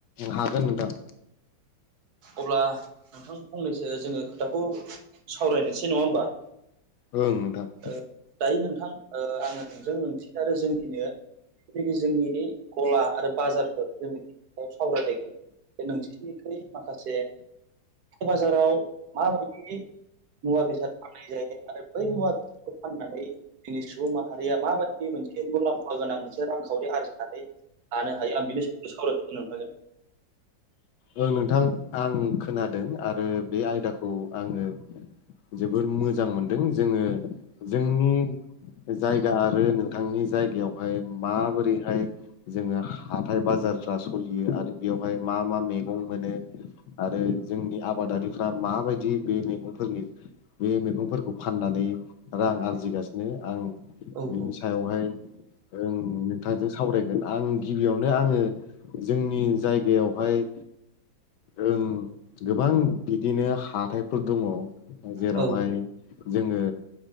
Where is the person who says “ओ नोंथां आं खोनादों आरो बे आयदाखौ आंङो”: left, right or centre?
Left